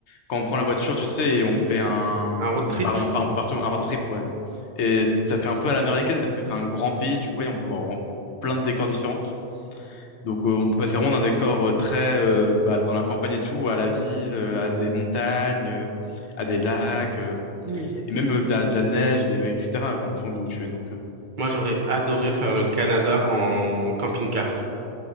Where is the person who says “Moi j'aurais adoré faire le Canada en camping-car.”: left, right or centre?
Right